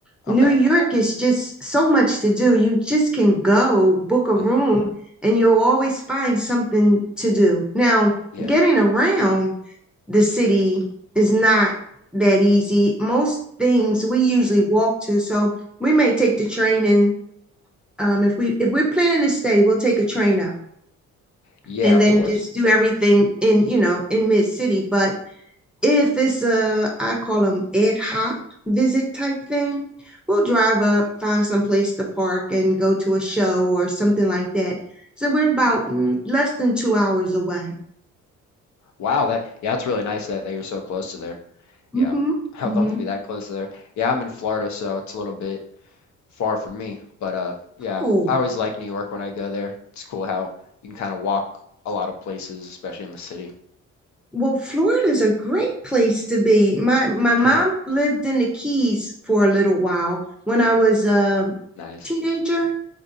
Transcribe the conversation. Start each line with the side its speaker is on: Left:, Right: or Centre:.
Centre: New
Left: Okay.
Centre: York is just so much to do. You just can go book a room
Left: hmm
Centre: and you'll always find something to do. Now,
Left: Yeah.
Centre: getting around the city is not that easy. Most things we usually walk to, so we may take
Left: hmm
Centre: the train and um, if we if we're planning to stay, we'll take a train up
Left: Yeah,
Centre: and
Left: of
Centre: then
Left: course.
Centre: Yeah. just do everything in, you know, in mid city. But if it's a, I call them ad hoc visit type thing, we'll drive up, find some place to park and go to a show or something like that. So we're about
Left: hmm
Centre: mm, less than two hours away.
Left: Wow, that yeah, that's really nice that that you're so close to there.
Centre: hmm
Left: Yeah, <laughs> I'd
Centre: hmm
Left: love to be that close to there. Yeah, I'm in Florida, so it's a little bit far from me. But uh, yeah,
Centre: Oh,
Left: I always like New York when I go there. It's cool how you can kind of walk a lot of places, especially in the city.
Centre: well, Florida's a great place to be. My my
Left: <laughs>
Centre: mom
Left: Yeah,
Centre: lived in the Keys for a little while when I was a
Left: nice,
Centre: teenager.